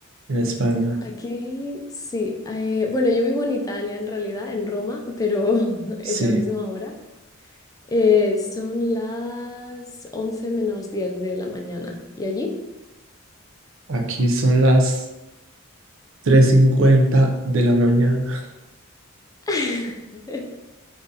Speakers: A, on the right; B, on the left.
A: en España?
B: Aquí sí. eh, bueno, yo vivo en Italia en realidad, en Roma, pero <laughs> es
A: Sí,
B: la misma hora. Eh, son las once menos diez de la mañana. ¿Y allí?
A: aquí son las tres cincuenta de la mañana. <laughs>
B: <laughs>